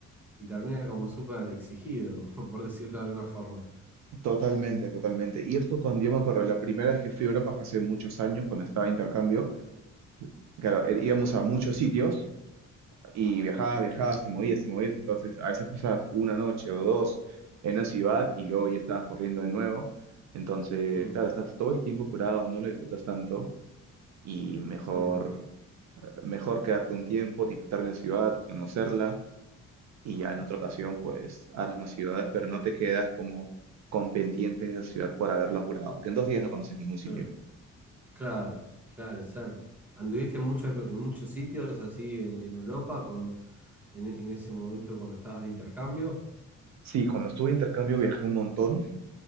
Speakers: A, in the centre; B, on the right.
A: y termina como súper exigido, <laughs> como por decirlo de alguna forma.
B: Totalmente, totalmente. Y esto cuando yo me acuerdo, la primera vez que fui a Europa fue hace muchos años, cuando estaba de intercambio, claro, eh, íbamos a muchos sitios y viajabas, viajabas,
A: Mm,
B: te movías, te movías, entonces a veces pasabas una noche o dos en una ciudad y luego ya estabas corriendo de nuevo, entonces,
A: mm,
B: claro, estás todo el tiempo apurado, no lo disfrutas tanto y mejor,
A: Sí,
B: mejor quedarte un tiempo, disfrutar de una ciudad, conocerla y ya en otra ocasión pues a las más ciudades, pero no te quedas como con pendientes de esa ciudad por haberlo apurado, porque en dos días no conoces ningún sitio.
A: claro, claro, claro, exacto. ¿Anduviste en muchos, lu- en muchos sitios así en, en Europa con, en, en ese momento cuando estabas de intercambio?
B: Sí, cuando estuve de intercambio viajé un montón,